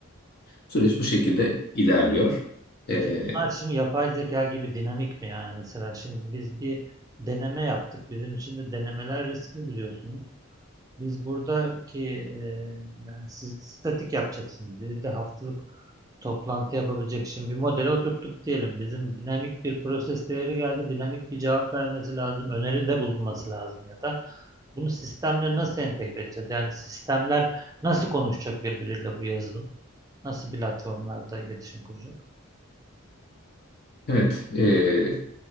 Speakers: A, on the left; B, on the right.
A: Süreç bu şekilde ilerliyor.
B: Peki
A: Ee,
B: bunlar şimdi yapay zeka gibi dinamik mi yani mesela şimdi biz bir deneme yaptık. Bizim için de denemeler riskli biliyorsunuz. Biz buradaki e, yani siz statik yapacaksınız. Bir de haftalık toplantı yapabilecek şimdi bir modele oturttuk diyelim. Bizim dinamik bir proses değeri geldi. Dinamik bir cevap vermesi lazım. Öneride bulunması lazım ya da bunu sistemle nasıl entegre edeceğiz? Yani sistemler nasıl konuşacak birbiriyle bu yazılım? Nasıl platformlarda iletişim kuracak?
A: evet, ee,